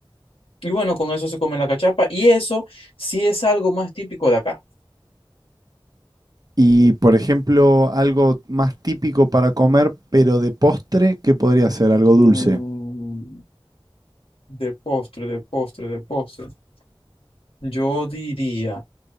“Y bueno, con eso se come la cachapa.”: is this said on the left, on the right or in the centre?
Left